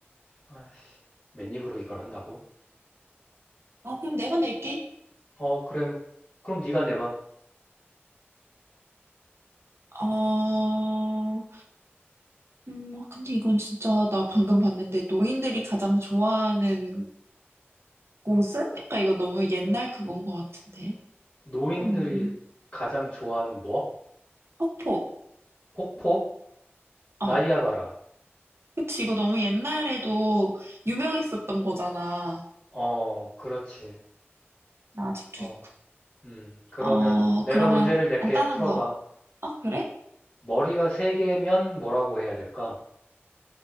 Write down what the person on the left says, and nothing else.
아이씨, 맨입으로 이걸 한다고?
어, 그럼 그럼 네가 내봐.
노인들이
가장 좋아하는 뭐?
폭포? 나이아가라.
어, 그렇지.
어,
음. 그러면
내가
문제를 낼게.
풀어봐.
머리가 세 개면 뭐라고 해야 될까?